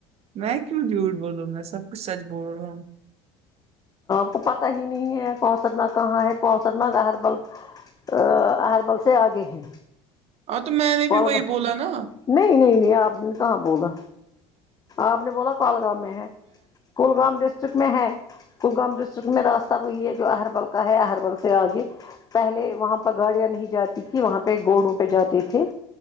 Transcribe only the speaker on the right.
میں کیوں جھوٹ بولوں میں سب کچھ سچ بول رہا ہوں
ہاں تو میں نے
بھی وہی بولا نا